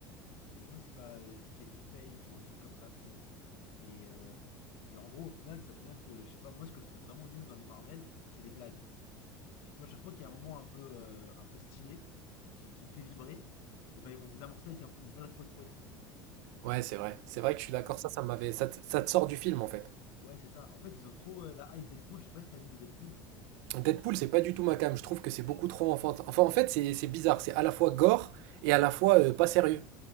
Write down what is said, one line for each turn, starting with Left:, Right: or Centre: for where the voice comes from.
Left: Kevin, je pense que c'est pas euh, Kevin Feige ou un truc comme ça. ça- et, euh, et en gros, au final, ça devient que, je sais pas, moi ce que je trouve vraiment nul dans les Marvel, c'est les blagues. Tu vois, à chaque fois qu'il y a un moment un peu, euh, un peu stylé, qui, qui me fait vibrer, et ben ils vont le désamorcer avec un- une blague poète-poète.
Right: Ouais, c'est vrai. C'est vrai que je suis d'accord. Ça, ça m'avait, ça, te- ça te sort du film en fait.
Left: Ouais, c'est ça. En fait, ils ont trop euh, la hype Deadpool. Je sais pas si t'as vu les Deadpool.
Right: Deadpool, c'est pas du tout ma came. Je trouve que c'est beaucoup trop enfantin. Enfin, en fait, c'est c'est bizarre. C'est à la fois gore et à la fois euh, pas sérieux.